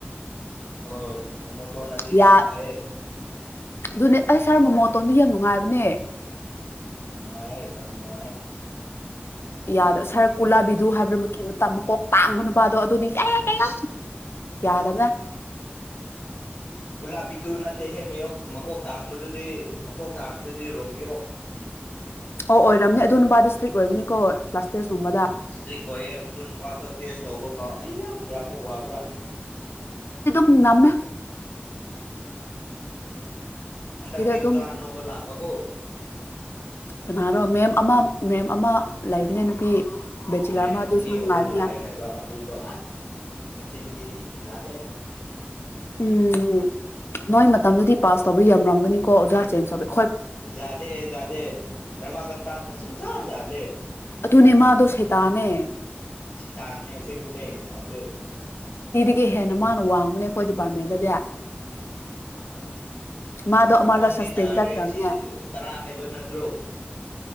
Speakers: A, on the left; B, on the left.
A: ꯍꯣꯏ ꯃꯣꯃꯣꯇꯣꯅꯗꯤ <unintelligible>
B: ꯌꯥ
A: ꯐꯥꯏꯌꯦ
B: ꯑꯗꯨꯅꯦ ꯑꯩ ꯁꯥꯔ ꯃꯣꯃꯣꯇꯣꯟꯗꯤ ꯌꯥꯝ ꯅꯨꯡꯉꯥꯏꯕꯅꯦ
A: ꯅꯨꯡꯉꯥꯏꯌꯦ ꯖꯥꯝ ꯅꯨꯡꯉꯥꯏꯌꯦ
B: ꯌꯥꯗꯣ ꯁꯥꯔ ꯀꯨꯂꯥꯕꯤꯗꯨ ꯍꯥꯏꯕꯔꯥ ꯃꯛꯀꯤ ꯃꯇꯝ ꯃ ꯀꯣꯛ ꯇꯥꯡꯕ ꯅꯨꯄꯥꯗꯣ ꯑꯗꯨꯗꯤ <unintelligible> ꯌꯥꯗꯕꯔꯥ
A: <inaudible> ꯀꯨꯂꯥꯞ ꯄꯤꯇꯨ ꯅꯠꯇꯦꯍꯦ ꯃꯌꯣꯛ ꯃꯀꯣꯛ ꯇꯥꯡꯕꯗꯨꯗꯤ ꯃꯀꯣꯛ ꯇꯥꯡꯕꯗꯨꯗꯤ ꯔꯣꯃꯤꯌꯣ <inaudible>
B: ꯑꯣ ꯑꯣꯏꯔꯝꯅꯤ ꯑꯗꯨ ꯅꯨꯄꯥꯗꯣ ꯁꯇ꯭ꯔꯤꯛ ꯑꯣꯏꯔꯝꯅꯤꯀꯣ ꯀ꯭ꯂꯥꯁ ꯇꯦꯁ ꯒꯨꯝꯕꯗ
A: ꯏꯁꯇ꯭ꯔꯤꯛ ꯑꯣꯏꯌꯦ ꯃꯇꯨ ꯅꯨꯄꯥꯗꯣ ꯇꯦꯁ ꯇꯧꯕ ꯐꯥꯎ ꯑꯩꯌꯥ ꯀꯌꯥꯃꯨꯛ ꯋꯥꯕ꯭ꯔꯥ
B: ꯅꯝꯃꯦ
A: ꯍꯟꯗꯛꯇꯤ ꯑꯣꯖꯥ
B: ꯑꯗꯨꯝ
A: ꯑꯅꯧꯕ ꯂꯥꯛꯄꯀꯣ
B: ꯀꯅꯥꯔꯣ ꯃꯦꯝ ꯑꯃ ꯃꯦꯝ ꯑꯃ ꯂꯩꯕꯅꯦ ꯅꯨꯄꯤ ꯕꯦꯆꯤꯂꯔ
A: ꯃꯦꯝ
B: ꯑꯃ ꯑꯗꯨꯁꯨ
A: ꯑꯅꯤ
B: ꯅꯨꯡꯉꯥꯏꯕꯅꯦ
A: ꯑꯍꯨꯝ ꯂꯥꯛꯑꯦ ꯍꯥꯏꯕ ꯑꯗꯨꯗꯣ ꯑꯁ ꯃꯆꯤꯟꯗꯤ ꯖꯥꯗꯦ
B: ꯎꯝ ꯅꯣꯏ ꯃꯇꯝꯗꯗꯤ ꯄꯥꯁ ꯇꯧꯕ ꯌꯥꯝꯔꯝꯒꯅꯤꯀꯣ ꯑꯣꯖꯥ ꯆꯦꯟ <unintelligible>
A: ꯖꯥꯗꯦ ꯖꯥꯗꯦ ꯔꯃꯀꯥꯟꯇꯅ ꯁꯨꯡꯖꯥ ꯖꯥꯗꯦ
B: ꯑꯗꯨꯅꯦ ꯃꯥꯗꯣ ꯁꯩꯇꯥꯅꯦ
A: ꯁꯩꯇꯥꯟꯅꯤ ꯑꯁꯦꯡꯕꯅꯦ ꯃꯥꯁꯦ
B: <unintelligible> ꯍꯦꯟꯅ ꯃꯥꯅ ꯋꯥꯡꯕꯅꯦ ꯑꯩꯈꯣꯏ ꯗꯤꯄꯥꯔꯠꯃꯦꯟꯗꯗꯤ
A: ꯑꯣ
B: ꯃꯥꯗ ꯑꯜꯂ
A: ꯄꯨꯡꯗꯤ
B: ꯁꯥꯁꯄꯦꯟꯁ
A: ꯇꯥꯔꯦ
B: ꯀ
A: ꯁꯤ
B: ꯆꯅꯦ
A: ꯇꯔꯥ ꯍꯥꯏꯕ ꯅꯠꯇ꯭ꯔꯣ